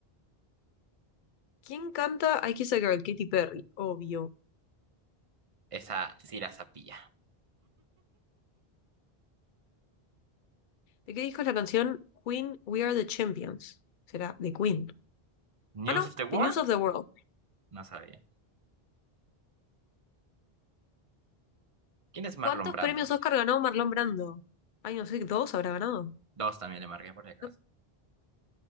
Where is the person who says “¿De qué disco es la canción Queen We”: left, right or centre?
Left